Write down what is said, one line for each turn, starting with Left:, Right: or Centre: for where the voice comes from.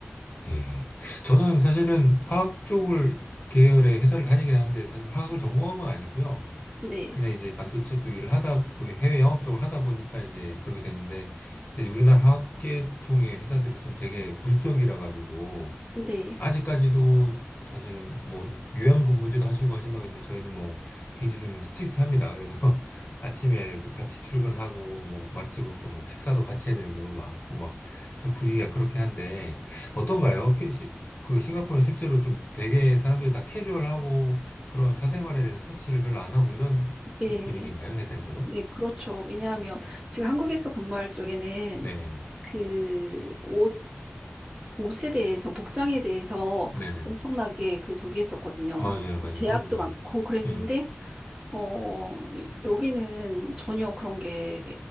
Left: 네. 저는 사실은 화학 쪽을 계열의 회사를 다니긴 하는데, 사실 화학을 전공한 건 아니고요.
Right: 네.
Left: 그냥 이제 반도체 쪽 일을 하다, 해외 영업 쪽을 하다 보니까 이제 그렇게 됐는데, 근데 이제 우리나라 화학계통의 회사들이 좀 되게 보수적이라 가지고,
Right: 네.
Left: 아직까지도 사실은 뭐 요양 근무제도 하시고 하신다고 했는데 저희는 뭐 굉장히 좀 스트릭트합니다. 그래서 <laughs> 아침에도 같이 출근하고 뭐 마치고 또 뭐 식사도 같이 해야 되는 경우도 많고 막 좀 분위기가 그렇긴 한데 어떤가요? 피- 시- 그 싱가포르는 실제로 좀 되게 사람들이 다 캐주얼하고 그런 사생활에 대해서 터치를 별로 안 하고 이런
Right: 네.
Left: 좀 분위기인가요? 회사에서도?
Right: 네, 그렇죠. 왜냐하면 제가 한국에서 근무할 적에는
Left: 네.
Right: 그 옷, 옷에 대해서, 복장에 대해서
Left: 네네.
Right: 엄청나게 그 저기 했었거든요.
Left: 맞아요. 맞아요.
Right: 제약도
Left: 한국은 많이
Right: 많고
Left: 그렇죠.
Right: 그랬는데
Left: 음.
Right: 어, 이- 여기는 전혀 그런 게